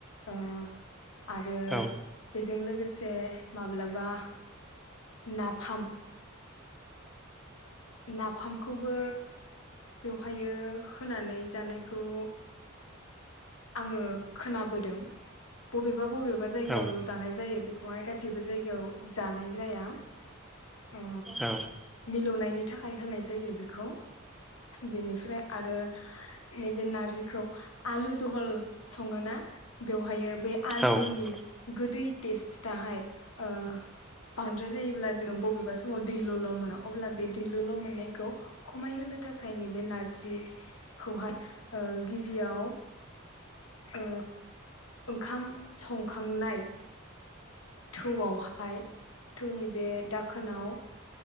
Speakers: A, on the left; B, in the centre.
A: ओ आरो
B: औ
A: बेजों लोगोसे माब्लाबा नाफाम नाफाम खौबो बेवहाय होनानै जानायखौ आङो खोनाबोदों बबेबा बबेबा बा जायगायावल'
B: औ
A: जानाय जायो बे खौहाय गासैबो जायगायाव जानाय जाया ओ
B: औ
A: मिलौनायनि थाखायल' होनाय जायो बेनिफ्राय आरो नैबे नारजिखौ आलुजों जझहल सङोना बेवहाय बे आलुनि
B: औ
A: गोदै टेस्टाहाय ओ बांद्राय जायोब्ला जोङो बबेबा समाव दैलल' मोनो अब्ला बे दैलल' मोननायखौ खमायहोनो थाखाय नै बे नारजिखौहाय ओ गिबियाव ओ ओंखाम संखांनाय थौआवहाय थौनि बे दाखोनाव